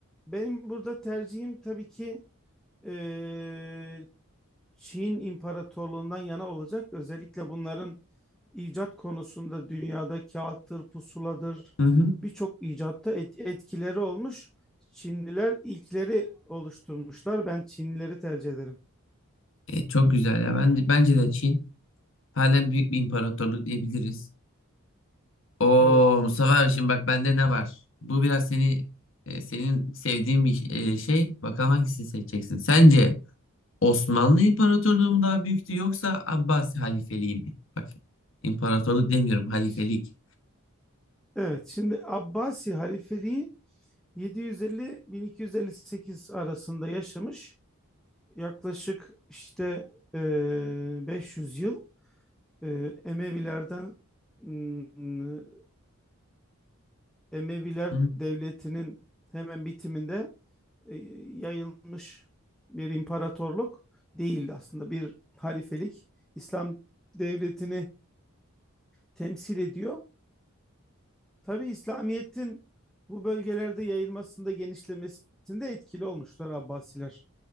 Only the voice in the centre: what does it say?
Benim burada tercihim tabii ki e, Çin imparatorluğundan yana olacak. Özellikle bunların icat konusunda dünyada kağıttır, pusuladır
birçok icatta et- etkileri olmuş. Çinliler ilkleri oluşturmuşlar. Ben Çinlileri tercih ederim.
Evet.
Ş- Evet, şimdi Abbasi halifeliği 750-1258 arasında yaşamış. Yaklaşık işte e, 500 yıl e, Emevilerden m, Emeviler
Devleti'nin hemen bitiminde e, yayılmış bir imparatorluk değildi aslında bir halifelik. İslam devletini temsil ediyor. Tabi İslamiyet'in bu bölgelerde yayılmasında genişlemesinde etkili olmuşlar Abbasiler.